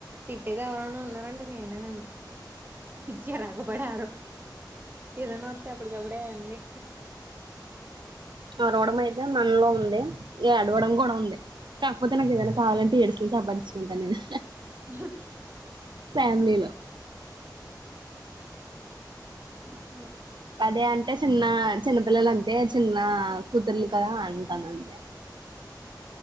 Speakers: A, on the right; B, on the right.
A: తిట్టేది ఎవరన ఉన్నారంటడి నేనే ఏమో చిరాకుపడి ఏదనా వస్తే అప్పటికప్పుడే అన్నీ
B: అరవడం అయితే మనలో ఉంది ఏడవడం కూడా ఉంది కాకపోతే నాకు ఏదైనా కావాలంటే ఏడ్చి సంపాధించుకుంటాను నేను
A: హ
B: ఫ్యామిలీలో
A: ఉమ్
B: పదే అంటే చిన్న చిన్నపిల్లలంతా ఇదే చిన్న కుతురుని కదా అంటనంతే